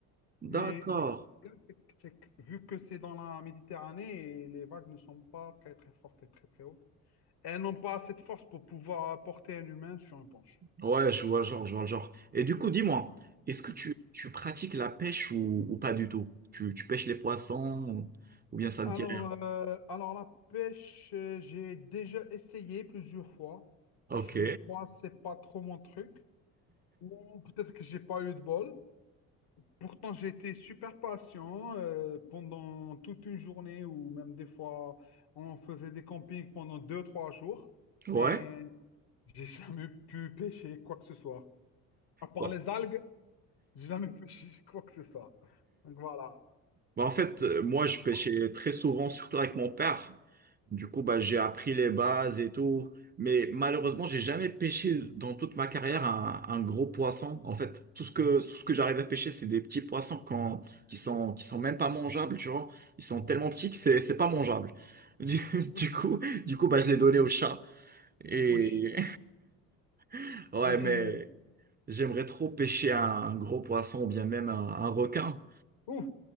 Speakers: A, on the left; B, on the right.
A: Mais,
B: D'accord.
A: mais le problème, c'est que c'est que vu que c'est dans la Méditerranée et les vagues ne sont pas très très fortes et très très hautes, elles n'ont pas assez de force pour pouvoir porter un humain sur un planche.
B: Ouais, je vois le genre, je vois le genre. Et du coup, dis-moi, est-ce que tu, tu pratiques la pêche ou, ou pas du tout? Tu, tu pêches les poissons ou, ou bien ça
A: Alors,
B: ne dit rien?
A: euh, alors la pêche, euh, j'ai déjà essayé plusieurs fois.
B: Ok.
A: Je crois que c'est pas trop mon truc. Ou peut-être que j'ai pas eu de bol. Pourtant, j'ai été super patient euh, pendant toute une journée ou même des fois, on faisait des campings pendant deux, trois jours.
B: Ouais.
A: Mais j'ai <laughs> jamais pu pêcher quoi que ce soit. À part
B: Bon.
A: les algues, j'ai jamais <laughs> pêché quoi que ce soit. Donc voilà.
B: Bah, en fait, euh, moi, je
A: En
B: pêchais
A: parlant de-
B: très souvent, surtout avec mon père. Du coup, bah, j'ai appris les bases et tout. Mais malheureusement, j'ai jamais pêché dans toute ma carrière un, un gros poisson. En fait, tout ce que, tout ce que j'arrive à pêcher, c'est des petits poissons quand, qui sont, qui sont même pas mangeables, tu vois. Ils sont tellement petits
A: Oui,
B: que c'est, c'est pas mangeable. Du, <laughs>
A: oui,
B: du coup, du coup, bah, je l'ai donné au chat. Et
A: oui.
B: <laughs> ouais,
A: J'imagine.
B: mais
A: euh,
B: j'aimerais trop pêcher un, un gros poisson ou bien même un, un requin.
A: Ouh!